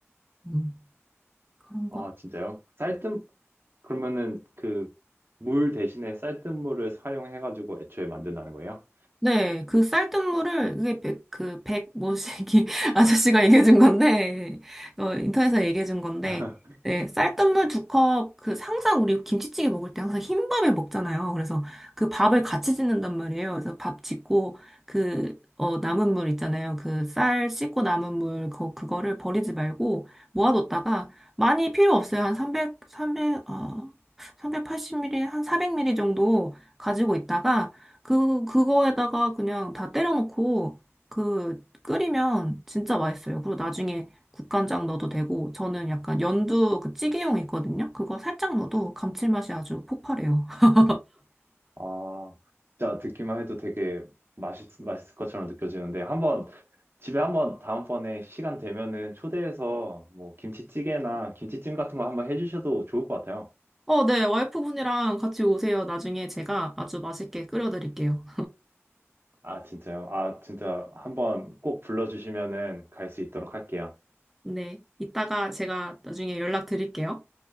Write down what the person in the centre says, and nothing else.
음, 그런
것.
네, 그 쌀뜨물을, 그게 백, 그, 백, 뭐시기 <laughs> 아저씨가 얘기해준 건데, 어, 인터넷에서 얘기해준 건데,
네, 쌀뜨물 두 컵, 그, 항상 우리 김치찌개 먹을 때 항상 흰밥에 먹잖아요. 그래서 그 밥을 같이 짓는단 말이에요. 그래서 밥 짓고, 그, 어, 남은 물 있잖아요. 그 쌀 씻고 남은 물, 그, 그거를 버리지 말고 모아뒀다가, 많이 필요 없어요. 한 300, 300, 어, 380ml, 한 400ml 정도 가지고 있다가, 그, 그거에다가 그냥 다 때려놓고, 그, 끓이면 진짜 맛있어요. 그리고 나중에 국간장 넣어도 되고, 저는 약간 연두 그 찌개용 있거든요? 그거 살짝 넣어도 감칠맛이 아주 폭발해요. <laughs>
어, 네. 와이프분이랑 같이 오세요. 나중에 제가 아주 맛있게 끓여드릴게요.
네. 이따가 제가 나중에 연락드릴게요.